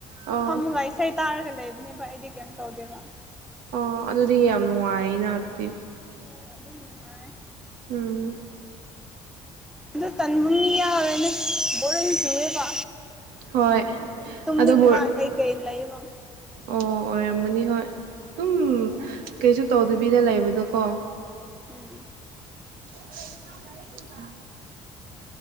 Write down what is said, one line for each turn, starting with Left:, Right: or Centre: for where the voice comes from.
Right: ꯑꯥ
Centre: ꯐꯝꯃꯒꯥ ꯏꯁꯩ ꯇꯥꯔꯒ ꯂꯩꯕꯅꯦꯕ ꯑꯩꯗꯤ ꯀꯩꯝ ꯇꯧꯗꯦꯕ꯫
Right: ꯑꯣ ꯑꯗꯨꯗꯤ ꯌꯥꯝ ꯅꯨꯡꯉꯥꯏꯅ ꯑꯗꯨꯗꯤ꯫
Centre: ꯍꫭꯏ ꯑꯗꯨꯝ ꯅꯨꯡꯉꯥꯏ꯫
Right: ꯎꯝ꯫
Centre: ꯑꯗꯨ ꯇꯟꯕꯨ <unintelligible> ꯌꯥꯎꯔꯦꯅꯦ ꯕꯣꯔꯤꯡ ꯆꯨꯨꯔꯦꯕ
Right: ꯍꯣꯏ
Centre: ꯇꯨꯝꯃꯅꯤꯡꯕ
Right: ꯑꯗꯨꯕꯨ
Centre: ꯀꯩ ꯀꯩꯂꯩꯕ꯫
Right: ꯑꯣ ꯑꯣꯏꯔꯝꯒꯅꯤ ꯍꯣꯏ ꯑꯗꯨꯝ ꯀꯩꯁꯨ ꯇꯧꯗꯕꯤꯗ ꯂꯩꯕꯗꯣꯀꯣ꯫
Centre: ꯎꯝ
Right: <unintelligible>